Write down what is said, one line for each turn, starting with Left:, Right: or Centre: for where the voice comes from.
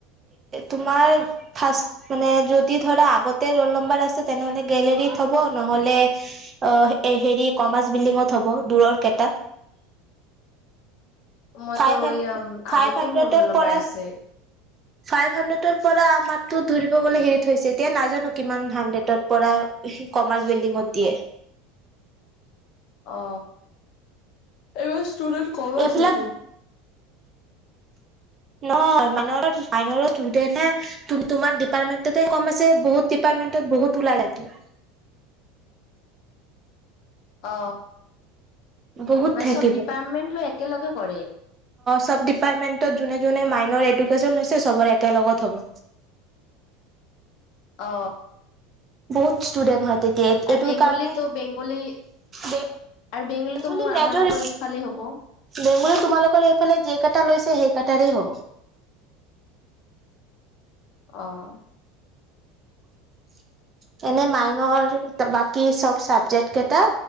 Right: তোমাৰ ফাৰ্ষ্ট যদি ধৰা আগতে ৰল নাম্বাৰ আছে তেনেহলে গেল- লেৰিত হ'ব, নহলে অ হেৰি কমাৰ্চ বিল্ডিঙত হ'ব দূৰৰ কেইটাত। <inaudible>
Left: মইতো
Right: ফাইভ হেন
Left: এয়া
Right: ফাইভ
Left: আগতে
Right: হানড্ৰেডৰ
Left: মোৰ ৰোল নাম্বাৰ
Right: পৰা,
Left: আছে
Right: ফাইভ হাড্ৰেডৰ পৰা আমাৰতো ধৰিব গলে হেৰিত হৈছে, এতিয়া নাজানো কিমান হাড্ৰেডৰ পৰা। কমাৰ্চ বিল্ডিংত দিয়ে।
Left: অ। এইবাৰ ষ্টুডেণ্ট কম আছে
Right: এইবিলাক
Left: টো।
Right: ন মান মাই ষ্টুডেন্ট হে তোমাৰ ডিপাৰ্টমেন্টতে কম আছে। বহুত ডিপ - মেন্টত মটত বহুত ওলাই যাই টো।
Left: অ।
Right: বহুত
Left: মানে
Right: থাকিব
Left: চব ডিপাৰ্টমেন্ট
Right: অ
Left: লৈ একেলগে কৰে
Right: চব ডিপাৰ্টমেন্টত জোনে জোনে জোনে মাইনৰ এডুকেছন হৈছে চবৰে একেলগত হ'ব।
Left: অ।
Right: বহুত ষ্টুডেন্ট হয় তেতিয়া
Left: আৰু
Right: এইটোৰ
Left: বেংগলীতো
Right: কাৰণে
Left: বেংগলী
Right: বেগ
Left: আৰু বেংগলীতো
Right: বেংগলী
Left: মোৰ
Right: মেজৰ
Left: আমালোকৰ ইফালে হ'ব
Right: বেংগলী তোমালোকৰ এইফালে যে কেইটা লৈছে সেই কটা। তাৰে হ'ব।
Left: অহ।
Right: <inaudible> এনে মাইনৰ বাকী চব চাবজেক্ট কেইটা